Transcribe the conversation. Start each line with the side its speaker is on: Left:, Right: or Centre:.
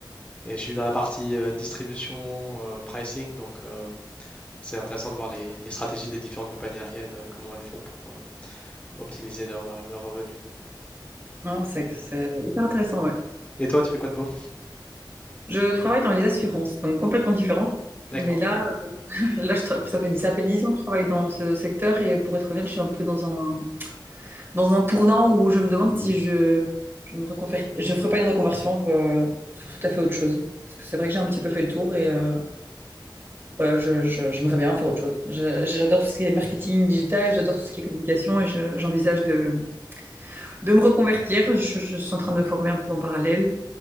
Left: et je suis dans la partie euh, distribution, euh, pricing, donc euh, C'est intéressant de voir les, les stratégies des différentes compagnies aériennes, euh, comment elles font pour euh, optimiser leurs euh, leurs revenus.
Right: Ah, c'est c'est hyper intéressant, ouais.
Left: Et toi, tu fais quoi de beau?
Right: Je travaille dans les assurances, donc complètement différent.
Left: D'accord,
Right: Mais là, là je tra- ça fait, ça fait 10 ans que je travaille dans ce secteur et pour être honnête, je suis un peu dans un, dans un tournant où je me demande si je je me reconver- je ferai pas une reconversion pour euh, faire tout à fait autre chose. Parce que c'est vrai que j'ai un petit peu fait le tour et euh, voilà, je, je- j'aimerais bien faire autre chose. Je- j'adore tout ce qui est marketing digital, j'adore tout ce qui est communication et je- j'envisage de, de me reconvertir. Je, je suis en train de me former un peu en parallèle,